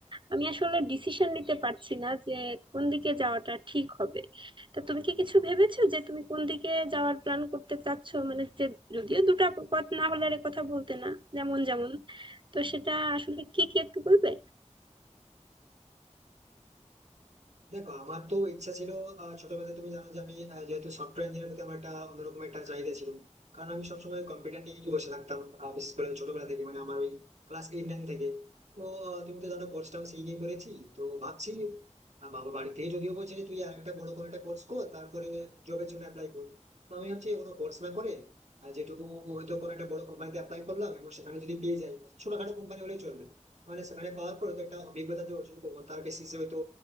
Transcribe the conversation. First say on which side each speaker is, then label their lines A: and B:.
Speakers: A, on the right; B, on the right.
A: আমি আসলে ডিসিশন নিতে পারছি না যে কোন দিকে যাওয়াটা ঠিক হবে তা তুমি কি কিছু ভেবেছো যে তুমি কোন দিকে যাওয়ার প্ল্যান করতে চাচ্ছো মানে যে যদিও দুটো পথ না হলে আর এ কথা বলতে না যেমন যেমন তো সেটা আসলে কি কি একটু বলবে
B: দেখো আমার তো ইচ্ছা ছিল আহ, ছোটবেলায় তুমি জানো যে আমি আহ, যেহেতু সফটওয়্যার ইঞ্জিনিয়ার প্রতি আমার একটা অন্যরকম একটা চাহিদা ছিল কারণ আমি সবসময় কম্পিউটার নিয়ে বসে থাকতাম আহ, বিশেষ করে ছোটবেলা থেকে মানে আমার ওই ক্লাস এইট নাইন থেকে তো আহ, তুমি তো জানো কোর্সটাও সেই নিয়ে করেছি তো ভাবছি আহ, বাবা বাড়ি থেকে যদিও বলছে যে তুই আর একটা বড় করে একটা কোর্স কর তারপরে জবের জন্য অ্যাপ্লাই কর তো আমি ভাবছি কোনো কোর্স না করে আহ, যেটুকু হয়তো কোনো একটা বড় কোম্পানিতে অ্যাপ্লাই করলাম এবং সেখানে যদি পেয়ে যাই ছোটখাটো কোম্পানি হলে চলবে মানে সেখানে পাওয়ার পরে তো একটা অভিজ্ঞতা যে অর্জন করবো তার বেসিসে হয়তো